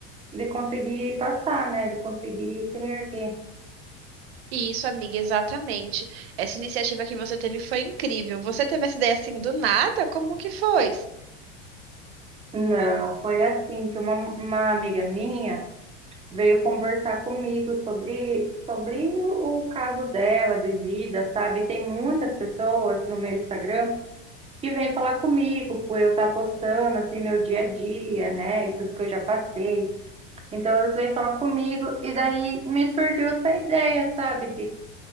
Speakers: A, on the right; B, on the right.
A: de conseguir passar, né? De conseguir se reerguer.
B: E isso, amiga, exatamente. Essa iniciativa que você teve foi incrível. Você teve essa ideia assim do nada? Como que foi?
A: Não, foi assim que uma, uma amiga minha veio conversar comigo sobre, sobre o, o caso dela de vida, sabe? Tem muitas pessoas no meu Instagram que vêm falar comigo por eu estar postando assim meu dia a dia, né? E tudo que eu já passei. Então elas vêm falar comigo e daí me surgiu essa ideia, sabe?